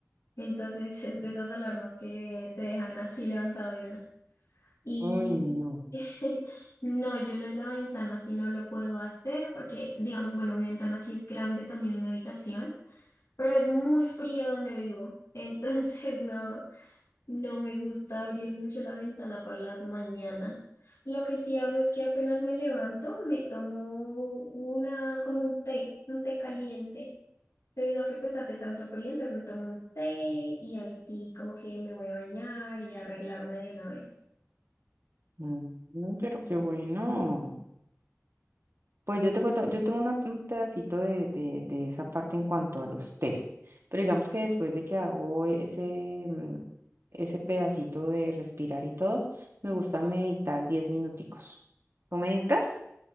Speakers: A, on the left; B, on the right.
A: Entonces es de esas alarmas que te dejan así levantado de una. Y
B: Uy, no.
A: <laughs> no, yo lo de la ventana sí no lo puedo hacer porque, digamos, bueno, mi ventana sí es grande también en mi habitación, pero es muy frío donde vivo. Entonces <laughs> no, no me gusta abrir mucho la ventana por las mañanas. Lo que sí hago es que apenas me levanto, me tomo una, como un té, un té caliente Debido a que pues hace tanto frío, entonces me tomo un té y ahí sí como que me voy a bañar y a arreglarme de una vez.
B: Mm, Pero qué bueno. Pues yo te cuento, yo tengo una- un pedacito de, de, de esa parte en cuanto a los test. Pero digamos que después de que hago ese, mm, ese pedacito de respirar y todo, me gusta meditar 10 minuticos. ¿Tú meditas